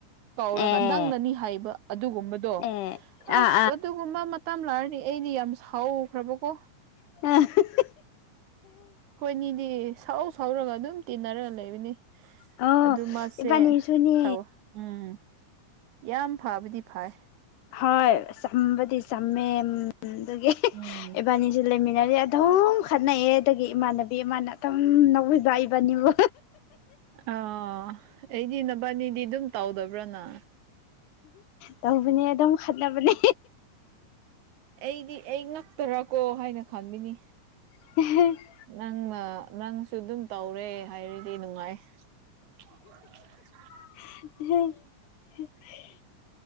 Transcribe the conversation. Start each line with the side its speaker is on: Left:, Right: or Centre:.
Right: ꯀꯧꯔꯒ
Left: ꯑꯦ
Right: ꯅꯪꯅꯅꯤ ꯍꯥꯏꯕ ꯑꯗꯨꯒꯨꯝꯕꯗꯣ
Left: ꯑꯦ ꯑꯥ
Right: ꯑꯁ ꯑꯗꯨꯒꯨꯝꯕ ꯃꯥ ꯇꯝ ꯂꯥꯛꯔꯅꯤ ꯑꯩꯗꯤ ꯌꯥꯝ ꯁꯥꯎꯈ꯭ꯔꯕꯀꯣ
Left: <unintelligible>
Right: ꯑꯈꯣꯏꯅꯤꯗꯤ ꯁꯥꯎ ꯁꯥꯎꯔꯒ ꯑꯗꯨꯝ ꯇꯤꯟꯅꯔꯒ ꯂꯩꯕꯅꯤ
Left: ꯑꯣ
Right: ꯑꯗꯨ ꯃꯥꯁꯦ
Left: ꯏꯕꯥꯅꯤꯁꯨꯅꯤ
Right: ꯊꯧ ꯎꯝ ꯌꯥꯝ ꯐꯕꯗꯤ ꯐꯩ
Left: ꯍꯣꯏ ꯆꯝꯕꯗꯤ ꯆꯝꯃꯦ ꯑꯗꯨꯒꯤ
Right: ꯎꯝ
Left: ꯏꯕꯥꯅꯤꯁꯦ ꯂꯩꯃꯤꯟꯅꯔꯦ ꯑꯗꯨꯝ ꯈꯠꯅꯩꯑꯦ ꯑꯗꯒꯤ ꯏꯃꯥꯟꯅꯕꯤ ꯑꯃꯅꯥ ꯑꯗꯨꯝ ꯅꯧꯕꯖꯥꯏ ꯏꯕꯅꯤꯕꯨ
Right: ꯑ ꯑꯩꯗꯤ ꯅꯕꯥꯅꯤꯗꯤ ꯑꯗꯨꯝ ꯇꯧꯗꯕ꯭ꯔꯅ
Left: ꯇꯧꯕꯅꯦ ꯑꯗꯨꯝ ꯈꯠꯅꯕꯅꯦ
Right: ꯑꯩꯗꯤ ꯑꯩ ꯉꯛꯇꯔꯀꯣ ꯍꯥꯏꯅ ꯈꯟꯃꯤꯅꯤ
Left: <unintelligible>
Right: ꯅꯪꯅ ꯅꯪꯁꯨ ꯑꯗꯨꯝ ꯇꯧꯔꯦ ꯍꯥꯏꯔꯗꯤ ꯅꯨꯡꯉꯥꯏ <unintelligible>
Left: <unintelligible>